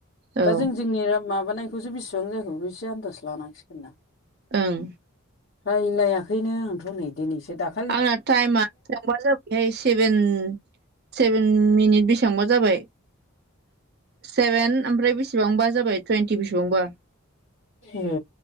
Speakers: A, on the right (about 50°); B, on the left (about 55°).
A: औ
B: दा जों जोंनि माबानायखौसो बेसेबां जाखो एसे आन्दास लानांसिगोन ना।
A: ओं।
B: रायज्लायाखैनो आंथ' नै दिनैसो दा
A: आंना टाइमा थांबा जाबाय। बेहाय सेभेन सेभेन मिनिट बेसेबां जाबाय। सेभेन ओमफ्राय बेसेबांबा जाबाय टुइन्टि बेसेबांबा।
B: ए